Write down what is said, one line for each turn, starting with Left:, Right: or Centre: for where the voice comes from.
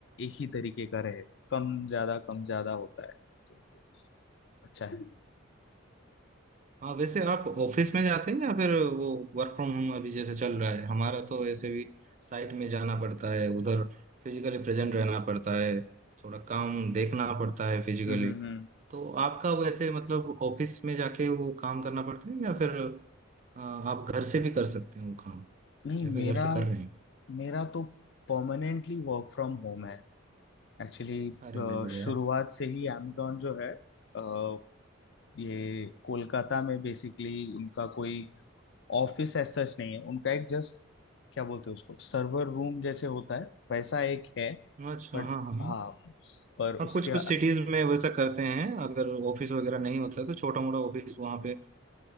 Left: एक ही तरीके का रहे कम ज्यादा कम ज्यादा होता है तो अच्छा है
Right: हाँ वैसे आप ऑफिस में जाते हैं या फिर वो वर्क फ्रॉम होम अभी जैसे चल रहा है हमारा तो वैसे भी साइट में जाना पड़ता है उधर फिजिकली प्रेजेंट रहना पड़ता है थोड़ा काम देखना पड़ता है फिजिकली
Left: हम्म हम्म हम्म।
Right: तो आपका वैसे मतलब ऑफिस में जाके वो काम करना पड़ता है या फिर अ, आप घर से भी कर सकते हो काम
Left: नहीं
Right: या फिर
Left: मेरा
Right: घर से कर रहे हैं
Left: मेरा तो परमानेंटली वर्क फ्रॉम होम है एक्चुअली
Right: अरे भाई बढ़िया
Left: शुरुआत से ही amazon जो है अ, ये कोलकाता में बेसिकली उनका कोई ऑफिस एज सच नहीं है उनका एक जस्ट क्या बोलते हैं उसको सर्वर रूम जैसे होता है वैसा एक है
Right: है अच्छा
Left: बट
Right: हाँ हाँ
Left: हाँ पर उसके
Right: हाँ कुछ कुछ सिटीज में वैसा करते हैं अगर ऑफिस वगैरह नहीं होता है, तो छोटा मोटा ऑफिस वहाँ पे